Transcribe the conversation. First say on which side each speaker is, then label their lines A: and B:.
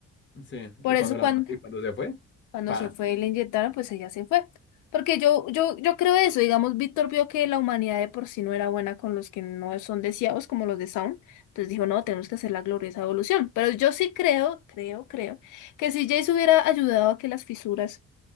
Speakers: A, on the left; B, on the left.
A: Sí,
B: Por
A: y
B: eso
A: cuando
B: cuando,
A: la mató y cuando se fue,
B: Cuando
A: pa.
B: se fue y le inyectaron, pues ella se fue. Porque yo, yo, yo creo eso, digamos, Víctor vio que la humanidad de por sí no era buena con los que no son deseados, como los de Sound, entonces dijo, no, tenemos que hacer la gloriosa evolución. Pero yo sí creo, creo, creo, que si Jace hubiera ayudado a que las fisuras